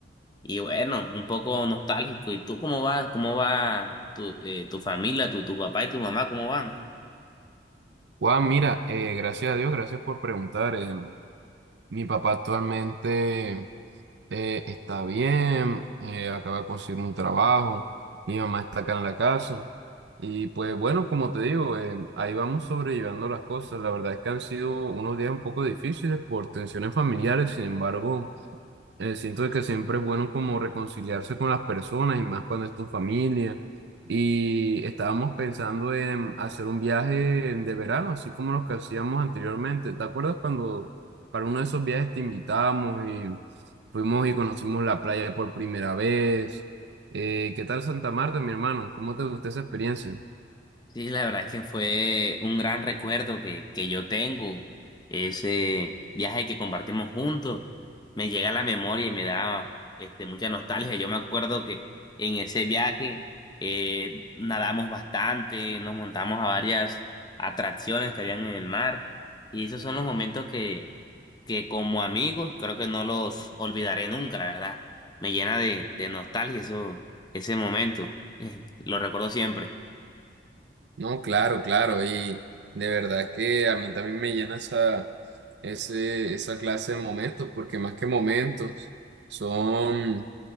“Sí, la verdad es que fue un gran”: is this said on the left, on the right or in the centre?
Left